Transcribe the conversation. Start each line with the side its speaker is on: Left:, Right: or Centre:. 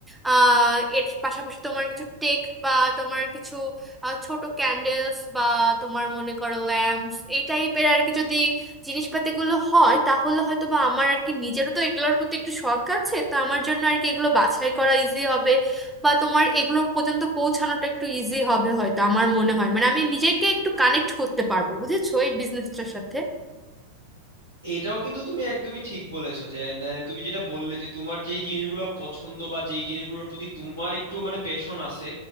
Centre: আহ এর পাশাপাশি তোমার কিছু টেক বা তোমার কিছু আহ, ছোট ক্যান্ডেলস বা তোমার মনে করো ল্যাম্পস এই টাইপের আর কি যদি জিনিসপাতিগুলো হয় তাহলে হয়তো বা আমার আর কি নিজেরও তো এগুলোর প্রতি একটু শখ আছে তো আমার জন্য আর কি এগুলো বাছাই করা ইজি হবে বা তোমার এগুলো পর্যন্ত পৌঁছানোটা একটু ইজি হবে হয়তো আমার মনে হয় মানে আমি নিজেকে একটু কানেক্ট করতে পারবো বুঝেছো এই বিজনেসটার সাথে
Left: এটাও কিন্তু তুমি একদমই ঠিক বলেছো যে আহ, তুমি যেটা বললে যে তোমার যেই জিনিসগুলো পছন্দ বা যেই জিনিসগুলোর প্রতি তোমার একটু মানে প্যাশন আছে